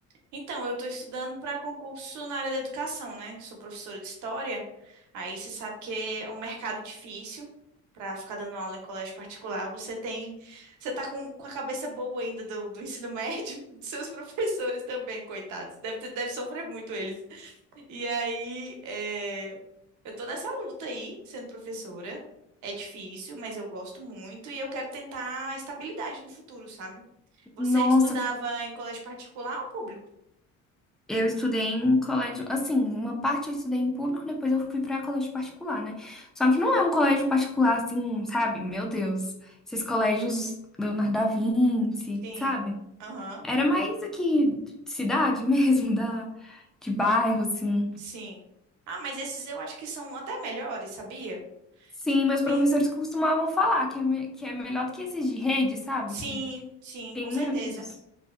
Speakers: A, on the right (about 75°); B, in the centre.
A: Então, eu estou estudando para concurso na área da educação, né? Sou professora de história. Aí você sabe que é um mercado difícil para ficar dando aula em colégio particular. Você tem, você tá com, com a cabeça boa ainda do, do ensino médio, <laughs> dos seus professores também, coitados. Deve, ter- deve sofrer muito eles. E aí, é, eu estou nessa luta aí, sendo professora. É difícil, mas eu gosto muito e eu quero tentar estabilidade no futuro, sabe? Você
B: Nossa,
A: estudava em colégio particular ou público?
B: Eu estudei em colégio, assim, uma parte eu estudei em público, depois eu fui pra colégio particular, né? Só que não é um colégio particular assim, sabe? Meu Deus. Esses colégios Leonardo da Vinci,
A: Sim.
B: sabe?
A: Aham.
B: Era mais aqui de cidade mesmo, <laughs> da de bairro assim.
A: Sim. Ah, mas esses eu acho que são até melhores, sabia?
B: Sim,
A: Tipo,
B: meus professores
A: tem-
B: costumavam falar que é, me- que é melhor do que esses de rede, sabe?
A: sim,
B: Que
A: sim,
B: tem
A: com
B: muitos.
A: certeza.